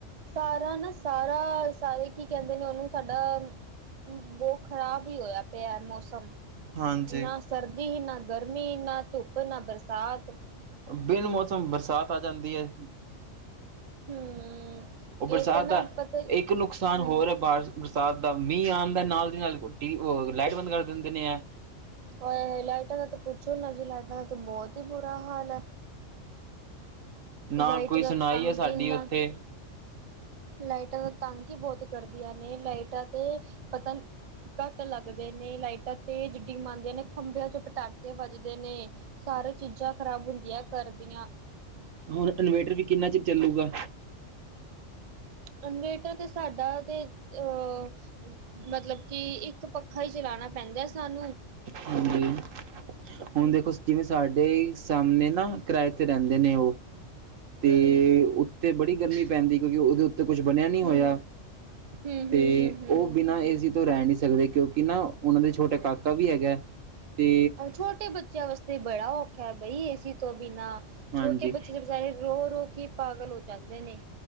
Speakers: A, on the right; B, on the right.
A: ਸਾਰਾ ਨਾ ਸਾਰਾ, ਸਾਰੇ ਕੀ ਕਹਿੰਦੇ ਨੇਂ ਉਹਨੂੰ? ਸਾਡਾ ਉਮ ਬਹੁਤ ਖਰਾਬ ਹੀ ਹੋਇਆ ਪਿਆ ਮੌਸਮ।
B: ਹਾਂਜੀ।
A: ਨਾ ਸਰਦੀ, ਨਾ ਗਰਮੀ, ਨਾ ਧੁੱਪ, ਨਾ ਬਰਸਾਤ।
B: ਬਿਨ ਮੌਸਮ ਬਰਸਾਤ ਆ ਜਾਂਦੀ ਹੈ।
A: ਹੂੰ,
B: ਉਹ ਬਰਸਾਤ
A: ਇਹ ਤੇ ਨਾ
B: ਦਾ
A: ਪਤਾ
B: ਇੱਕ ਨੁਕਸਾਨ
A: ਹੂੰ
B: ਹੋਰ ਹੈ। ਬਾਰਿ ਬਰਸਾਤ ਦਾ, ਮੀਂਹ ਆਉਣ ਦੇ ਨਾਲ ਦੀ ਨਾਲ ਕੋਈ ਟੀ, ਉਹ ਲਾਈਟ ਬੰਦ ਕਰ ਦਿੰਦੇ ਨੇਂ ਇਹ।
A: ਓਏ ਹੋਏ! ਲਾਈਟਾਂ ਦਾ ਤਾਂ ਪੁੱਛੋ ਨਾ ਜੀ, ਲਾਈਟਾਂ ਦਾ ਤੇ ਬਹੁਤ ਹੀ ਬੁਰਾ ਹਾਲ ਹੈ।
B: ਨਾ
A: ਲਾਈਟ
B: ਕੋਈ
A: ਦਾ
B: ਸੁਣਵਾਈ
A: ਤੰਗ
B: ਹੈ ਸਾਡੀ
A: ਇੰਨਾ
B: ਉੱਥੇ।
A: ਲਾਈਟਾਂ ਤਾਂ ਤੰਗ ਹੀ ਬਹੁਤ ਕਰਦੀਆਂ ਨੇਂ, ਲਾਈਟਾਂ ਤੇ ਪਤਾ ਨ ਘੱਟ ਲੱਗਦੇ ਨੇਂ। ਲਾਈਟਾਂ ਤੇਜ, ਡਿਮ ਆਦੀਆਂ ਨੇਂ, ਖੰਭਿਆਂ ਚੋ ਪਟਾਕੇ ਵੱਜਦੇ ਨੇਂ। ਸਾਰੀ ਚੀਜਾਂ ਖਰਾਬ ਹੁੰਦੀਆਂ ਘਰਦੀਆਂ।
B: ਹੁਣ ਇਨਵੇਟਰ ਵੀ ਕਿੰਨਾ ਚਿਰ ਚੱਲੂਗਾ?
A: ਇਨਵੇਟਰ ਤੇ ਸਾਡਾ ਤੇ ਆਹ! ਮਤਲਬ ਕਿ ਇੱਕ ਪੱਖਾ ਹੀ ਚਲਾਉਣਾ ਪੈਂਦਾ ਏ ਸਾਨੂੰ।
B: ਹਾਂਜੀ, ਹੁਣ
A: ਹੂੰ,
B: ਦੇਖੋ ਸ ਜਿਵੇਂ ਸਾਡੇ ਹੀ ਸਾਹਮਨੇ ਨਾ ਕਿਰਾਏ ਤੇ ਰਹਿੰਦੇ ਨੇ ਉਹ,
A: ਹੂੰ,
B: ਤੇ
A: ਹੂੰ,
B: ਉੱਥੇ ਬੜੀ ਗਰਮੀ ਪੈਂਦੀ ਐ। ਕਿਉਂਕਿ ਉਹਦੇ ਉ ਤੇ ਕੁਛ ਬਨੀਆ ਨੀ ਹੋਇਆ।
A: ਹੂੰ, ਹੂੰ,
B: ਤੇ
A: ਹੂੰ,
B: ਉਹ
A: ਹੂੰ।
B: ਬਿਨਾਂ ਏ ਸੀ ਤੋਂ ਰਹਿ ਨਹੀਂ ਸਕਦੇ। ਕਿ ਨਾ ਉਹਨਾਂ ਦੇ ਛੋਟਾ ਕਾਕਾ ਵੀ ਹੈਗਾ ਤੇ
A: ਆਹੋ, ਛੋਟੇ ਬੱਚਿਆਂ ਵਾਸਤੇ ਬੜਾ ਔਖਾ ਹੈ ਬਈ, ਏ ਸੀ ਤੋਂ ਬਿਨਾਂ।
B: ਹਾਂਜੀ
A: ਛੋਟੇ ਬੱਚੇ ਤਾਂ ਬਚਾਰੇ, ਰੋ-ਰੋ ਕੇ ਹੀ ਪਾਗਲ ਹੋ ਜਾਂਦੇ ਨੇਂ।